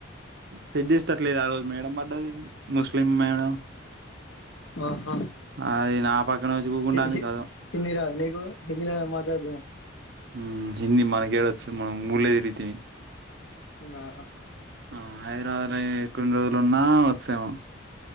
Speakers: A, on the right (about 60°); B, on the left (about 80°).
A: సేట్ చేస్తట్లేదు ఆ రోజు మేడం పడ్డది ముస్లిం మేడం
B: మహా
A: అది నా పక్కన వచ్చి కూకుంటాంది
B: హి హి
A: కథం
B: హింది రాదు నీకు హిందిల మాట్ జేడుందా
A: ఉ హిందీ మనకు ఏడ వచ్చింది మనం ముళ్ళేరితిమి
B: నాన్న
A: ఆ హైదరాబాద్ లే కొన్ని రోజులు ఉన్నా వచ్చు ఏమో